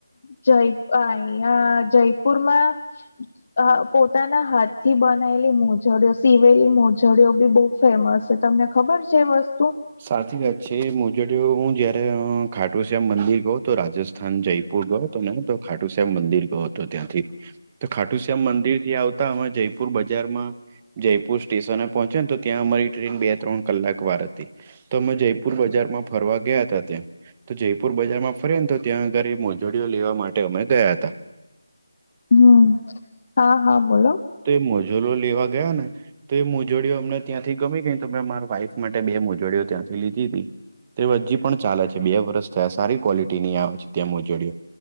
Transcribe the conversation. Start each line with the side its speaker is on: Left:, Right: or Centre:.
Left: જય અહીયા જયપુરમાં હ પોતાના હાથથી બનાએલી મોજડીઓ, સીવેલી મોજડીઓ બી બહુ ફેમસ છે તમને ખબર છે વસ્તુ
Right: સાચી વાત છે મોજડીઓ હું જયારે અ ખાટું શ્યામ મંદિર ગયો તો રાજસ્ થાન જયપુર ગયો હતો ને તો ખાટું શ્યામ મંદિર ગયો હતો ત્યાંથી તો ખાટું શ્યામ મંદિર થી આવતા અમે હમણાં જયપુર બજારમાં જયપુર સ્ટેશન પહોંચ્યાન તો ત્યાં અમારી ટ્રેન બે-ત્રણ કલાક વાર હ તી તો અમે જયપુર બજારમાં ફરવા ગયા હતા ત્યાં તો જયપુર બજારમાં ફર્યાન તો ત્યાં આગળે મોજડીઓ લેવા માટે અમે ગયા હતાં.
Left: હમ્મ, હા હા, બોલો.
Right: તે એ મોજલો લેવા ગયાને તો એ મોજડીઓ અમને ત્યાંથી ગમી ગઈ તો મેં મારા વાઈફ મા ટે બે મોજડીઓ ત્યાંથી લીધી હતી, તો હજી પણ ચાલે છે, બે વર્ષ થયા. સારી ક્વોલિટીની આવે છે. ત્યાં મોજડીઓ,